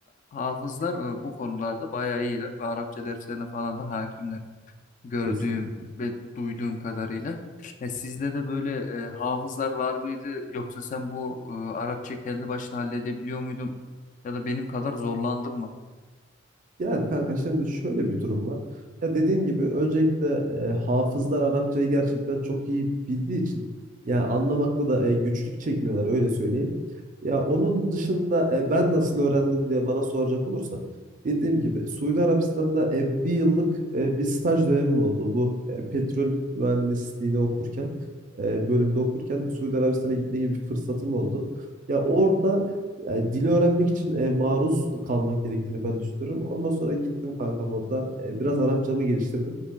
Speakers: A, on the left; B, on the right.
A: hafızlar e, bu konularda bayağı iyiler ve Arapça derslerine falan da hakimler gördüğüm
B: Kesinlikle kesinlikle.
A: ve duyduğum kadarıyla. Ya sizde de böyle e, hafızlar var mıydı? Yoksa sen bu e, Arapça kendi başına halledebiliyor muydun? Ya da benim kadar zorlandın mı?
B: Yani kanka şimdi şöyle bir durum var. Ya dediğin gibi öncelikle e, hafızlar Arapçayı gerçekten çok iyi bildiği için yani anlamakta da e, güçlük çekmiyorlar öyle söyleyeyim. Ya onun dışında e, ben nasıl öğrendim diye bana soracak olursan dediğim gibi Suudi Arabistan'da e, bir yıllık e, bir staj dönemim oldu. Bu e, petrol mühendisliğini okurken e, bölümde okurken Suudi Arabistan'a gitme gibi bir fırsatım oldu. Ya orada yani dili öğrenmek için e, maruz kalmak gerektiğini ben düşünüyorum. Ondan sonra gittim kankam orada. e, biraz Arapçamı geliştirdim.